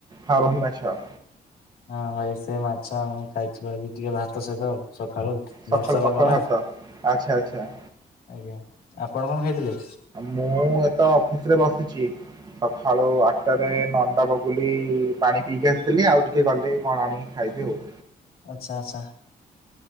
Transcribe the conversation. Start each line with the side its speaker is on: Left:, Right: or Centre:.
Right: ହଁ, ରୋହିମାଛ।
Left: ହଁ, ଭାଇ ସେ ମାଛ ଆମେ ଖାଇଥିଲୁ ଆଜି ଟିକେ ଭାତ ସହିତ ସକାଳୁ।
Right: ସଖାଳୁ
Left: ବର୍ଷା ପାଗ
Right: ପାଖଳଭାତ
Left: ନା।
Right: ଆଛା, ଆଚ୍ଛା।
Left: ଆଜ୍ଞା ଆପଣ କଣ ଖାଇଥିଲେ।
Right: ମୁଁ ଏତ ଅଫିସ ରେ ବସିଛି ସକାଳୁ ଆଠ ଟାରେ, ନଅ ଟାରୁ। ପାଣି ପିଇକି ଆସିଥିଲି ଆଉ ଟିକେ ଗଲେ କଣ ଆଣିକି ଖାଇବି ଆଉ।
Left: ଆଛା, ଆଚ୍ଛା।